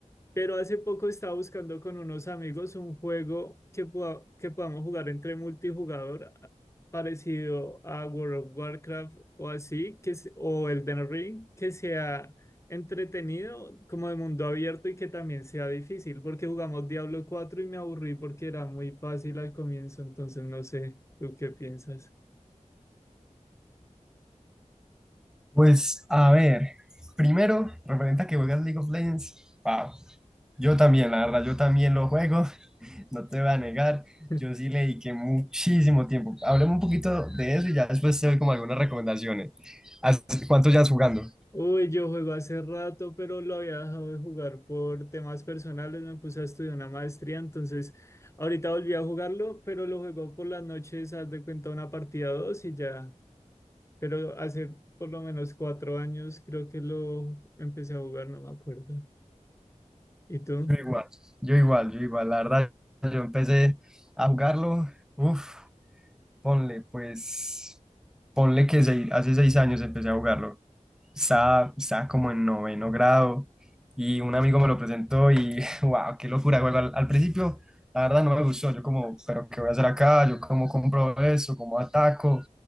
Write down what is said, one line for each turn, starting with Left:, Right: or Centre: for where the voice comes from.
Left: Pero hace poco estaba buscando con unos amigos un juego que, poda- que podamos jugar entre multijugador a- parecido a World of Warcraft o así, que, se- o Elden Ring, que sea entretenido, como de mundo abierto y que también sea difícil, porque jugamos Diablo cuatro y me aburrí porque era muy fácil al comienzo, entonces no sé, ¿tú qué piensas?
Centre: Pues a ver, primero, referente a que juegas League of Legends, wow, yo también, la verdad, yo también lo juego No te voy a negar,
Left: <laughs>
Centre: yo sí le dediqué muchísimo tiempo. Hablemos un poquito de eso y ya después te doy como algunas recomendaciones. ¿Hace ¿Cuánto llevas jugando?
Left: Uy, yo juego hace rato, pero lo había dejado de jugar por temas personales. Me puse a estudiar una maestría, entonces ahorita volví a jugarlo, pero lo juego por las noches, haz de cuenta una partida o dos y ya. Pero hace por lo menos cuatro años creo que lo empecé a jugar, no me acuerdo. ¿Y tú?
Centre: Yo igual, yo igual, yo igual. La verdad, yo empecé a jugarlo, uff, ponle, pues, ponle que sei- hace seis años empecé a jugarlo. Estaba, estaba como en noveno grado y un amigo me lo presentó y, <laughs> wow, qué locura, juego. Al, al principio, la verdad, no me gustó. Yo como, pero ¿qué voy a hacer acá? Yo cómo compro eso, cómo ataco.